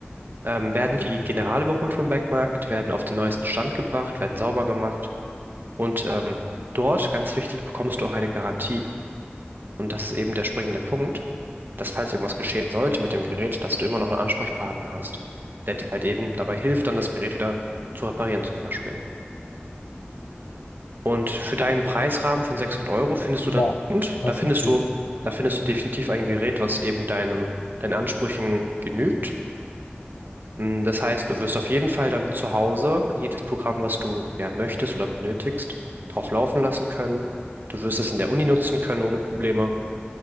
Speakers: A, on the right (about 55°); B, on the left (about 75°).
A: ähm, werden die general überholt von Backmarket, werden auf den neuesten Stand gebracht, werden sauber gemacht und ähm, dort, ganz wichtig, bekommst du auch eine Garantie. Und das ist eben der springende Punkt, dass falls irgendwas geschehen sollte mit dem Gerät, dass du immer noch einen Ansprechpartner hast, der dir halt eben dabei hilft, dann das Gerät wieder zu reparieren zum Beispiel. Und für deinen Preisrahmen von 600 Euro findest du dann
B: Boah,
A: und
B: das
A: da findest
B: ist gut.
A: du, da findest du definitiv ein Gerät, was eben deinem, deinen Ansprüchen genügt. Mm, Das heißt, du wirst auf jeden Fall dann zu Hause jedes Programm, was du ja möchtest oder benötigst, drauf laufen lassen können. Du wirst es in der Uni nutzen können ohne Probleme